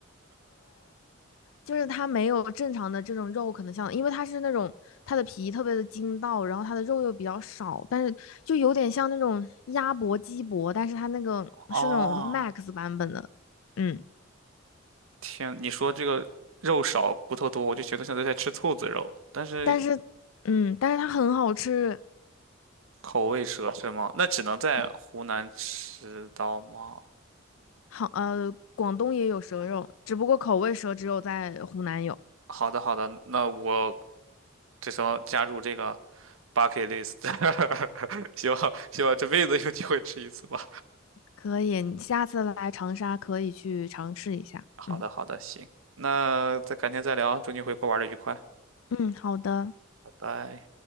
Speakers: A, on the left; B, on the right.
A: 就是它没有正常的这种肉，可能像，因为它是那种它的皮特别的筋道，然后它的肉又比较少，但是就有点像那种鸭脖、鸡脖，但是它那个是那种
B: 哦，
A: max 版本的，嗯，
B: 天，你说这个肉少骨头多，我就觉得像在吃兔子肉，但是
A: 但是嗯，但是它很好吃，
B: 口味蛇是吗？那只能在湖南吃到吗？
A: 嗯，好，呃，广东也有蛇肉，只不过口味蛇只有在湖南有，
B: 好的，好的，那我这时候加入这个 bucket list，<laughs> 希望希望这辈子有机会吃一次吧。
A: 可以，你下次来长沙可以去尝试一下，
B: 好的，
A: 嗯
B: 好的，行，那再改天再聊，祝你回国玩的愉快，
A: 嗯，好的。
B: 拜拜。